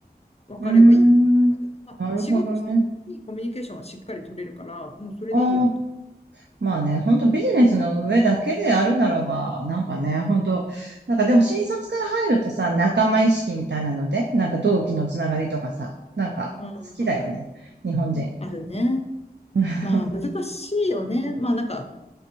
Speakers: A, on the left; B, on the right.
A: 分かればいいかなって感じだった。
B: うーん。
A: まあ、
B: なるほどね。
A: 仕事してる時にコミュニケーションはしっかり取れるから、もうそれでいいやって。
B: ああ、まあね、本当ビジネスの上だけであるならば、なんかね、本当なんかでも新卒から入るとさ、仲間意識みたいなので、なんか同期のつながりとかさ、なんか好きだよね、
A: うんうん。
B: 日本人。
A: あるね。
B: <laughs>
A: まあ、難しいよね。まあ、なんか、